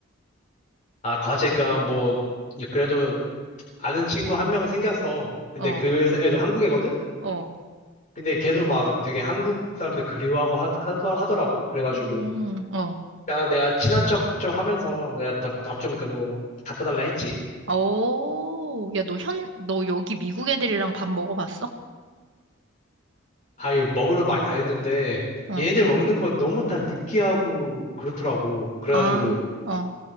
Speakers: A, on the left; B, on the right.
A: 아, 과제 그냥 뭐 그래도 아는 친구 한 명 생겼어. 근데
B: 어,
A: 그 애도 한국애거든?
B: 어.
A: 근데 걔도 막 되게 한국 사람들 그리워하고 하, 하더- 하더라고. 그래가지고
B: 음, 어.
A: 야, 내가 친한 척 좀 하면서 내가 답좀뭐 갖다 달라 했지.
B: 오, 야, 너 현, 너 여기 미국 애들이랑 밥 먹어봤어?
A: 아이 먹으러 많이 다녔는데
B: 어.
A: 얘네들 먹는 건 너무 다 느끼하고 그렇더라고. 그래가지고
B: 아, 어,